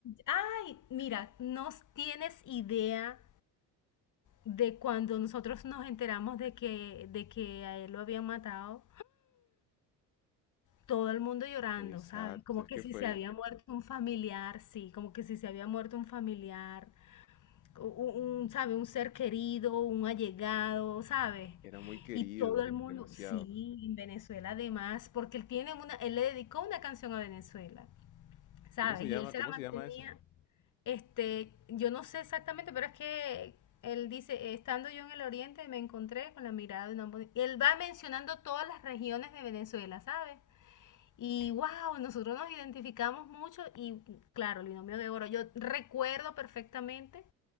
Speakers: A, on the left (about 45°); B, on the left (about 85°).
A: ay, mira, no tienes idea de cuando nosotros nos enteramos de que, de que a él lo habían matado, todo el mundo llorando,
B: Exacto,
A: ¿sabes? Como
B: es
A: que
B: que
A: si
B: fue...
A: se había muerto un familiar, sí, como que si se había muerto un familiar, u- u- un, ¿sabe? Un ser querido, un allegado, ¿sabes?
B: Era muy querido,
A: Y todo el mundo,
B: demasiado.
A: sí, en Venezuela además, porque él tiene una, él le dedicó una canción a Venezuela, ¿sabes?
B: ¿Cómo se llama?
A: Y él se
B: ¿Cómo
A: la mantenía.
B: se llama esa?
A: Este, yo no sé exactamente, pero es que él dice, estando yo en el oriente me encontré con la mirada de una... mujer". Y Él va mencionando todas las regiones de Venezuela, ¿sabes? Y wow, nosotros nos identificamos mucho y claro, el binomio de oro. Yo recuerdo perfectamente